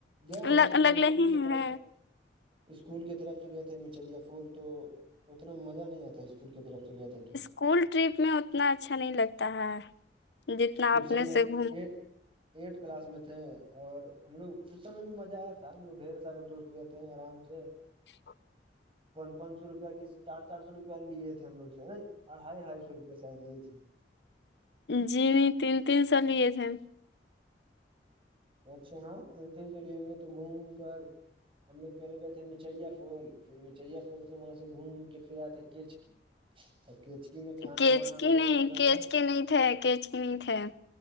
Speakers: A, on the right; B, on the left.
A: گئے
B: ہ
A: ہیں ایک
B: لگلے
A: بار اسکول
B: ہی
A: کی طرف
B: ہیں
A: سے اسکول کی طرف سے گئے تھے مچھیاں پھول تو اتنا مزہ نہیں آتا تھا اسکول کی طرف سے گئے تھے تو
B: اسکول ٹرپ میں اتنا اچھا نہیں لگتا ہے جتنا
A: اس
B: اپنے
A: سم میں
B: سے
A: ہم
B: گھوم
A: یہ ایٹھ کلاس میں تھے اور ہم لوگ اس سمے بھی مزہ آیا تھا ہم لوگ ڈھیر سارے دوست گئے تھ ہیں آرام سے
B: ا
A: پانچ پانچ سو روپیہ کے چار چار سو روپیہ لیے تھے ہم لوگ سے نا اڑھائی اڑھائی سو روپ شید لیے تھے
B: جی نہیں تین تین سو لیے تھے
A: اچھا ہاں تین تین سو لےیں گے تو گھوم کر ہم لوگ پہلے گئے تھے مچیا فال پھر میں چیا پور سے وہاں سے گھوم کے پھر آیا تھا کیچ کی کچکی میں کھانا
B: کیچ
A: وانا
B: کی
A: وغیرہ
B: نہیں
A: بنایا
B: کیچ کے نہیں تھے کیچ کی نہیں تھے